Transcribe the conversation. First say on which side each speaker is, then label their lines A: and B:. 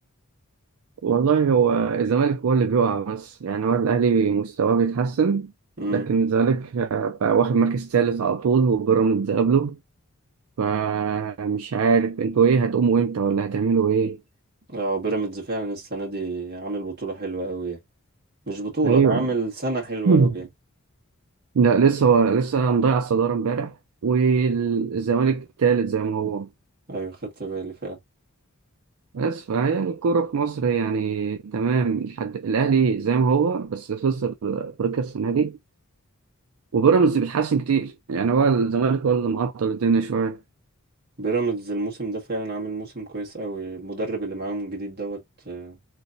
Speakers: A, on the right; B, on the right.
A: والله هو الزمالك هو اللي بيقع بس يعني هو الأهلي مستواه بيتحسن
B: امم
A: لكن الزمالك آه، بقى واخد مركز ثالث على طول وبيراميدز قبله فمش عارف انتوا ايه هتقوموا امتى ولا هتعملوا ايه
B: اه بيراميدز فعلا السنة دي عامل بطولة حلوة قوي يعني مش بطولة
A: ايوه
B: ده عامل سنة حلوة
A: <laughs>
B: قوي
A: مم.
B: يعني
A: لا لسه هو لسه مضيع الصدارة امبارح والزمالك الثالث زي ما هو
B: ايوه خدت بالي فعلا
A: بس فهي الكورة في مصر يعني تمام لحد الأهلي زي ما هو بس خسر أفريقيا السنة دي وبيراميدز بيتحسن كتير يعني هو الزمالك هو اللي معطل الدنيا شوية
B: بيراميدز الموسم ده فعلا عامل موسم كويس قوي المدرب اللي معاهم الجديد دوت آه،